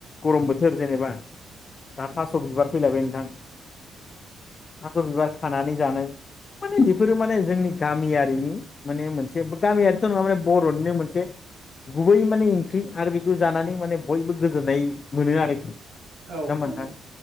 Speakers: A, on the left; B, on the right.
A: गरम बोथोर जेनेबा दा थास' बिबार फैलायबाय नोंथां थास बिबार खानानै जानाय माने बेफोरो माने जोंनि गामियारिनि माने मोनसे गामियारिथ' नङा माने बर'निनो मोनसे गुबै माने ओंख्रि आरो बेखौ जानानै माने बयबो गोजोननाय मोनो आरोखि। न
B: औ औ
A: मोनथां
B: नंगौ